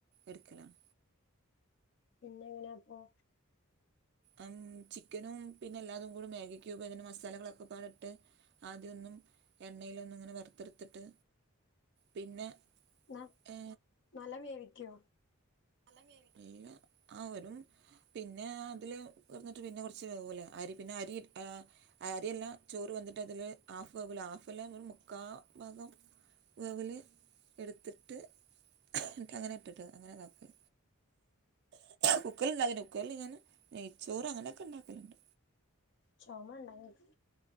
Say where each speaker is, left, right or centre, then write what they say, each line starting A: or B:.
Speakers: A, on the right; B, on the left.
A: എട്ക്കലാ-
B: പിന്നെങ്ങനെയപ്പൊ.
A: അമ് ചിക്കനും പിന്നെ എല്ലാതും കൂടെ മാഗിക്യൂപ് അതിന്റെ മസാലകളൊക്കെപാട് ട്ട്. ആദ്യമൊന്നും എണ്ണയിലൊന്ന് ഇങ്ങനെ വറുത്തെടുത്തിട്ട് പിന്നെ.
B: ന
A: ഏ,
B: നല്ല വേവിക്കോ.
A: നല്ലോ വേവിക്കോ അവരും. പിന്നെ അതില് കടന്നിട്ട് പിന്നെ കുറച്ച് വേവൂലെ അരി പിന്നെ അരി ആഹ്. അരിയല്ലാ ചോറ് വെന്തിട്ട് അതില് ഹാഫ് വേവ് ലേ ഹാഫല്ലാ ഒരു മുക്കാ ഭാഗം. വേവില് എടുത്തിട്ട് ന്നിട്ട് അങ്ങനെ ഇട്ടിട്ട് അങ്ങനെ കാക്കും. കുക്കറില്ണ്ടാക്കീട്ടില്ല കുക്കറിൽ ഞാന് നെയ്ച്ചോറ് അങ്ങനെയൊക്കെ ഉണ്ടാക്കലുണ്ട്.
B: ചൊമണ്ടോ ഇങ്ങക്ക്.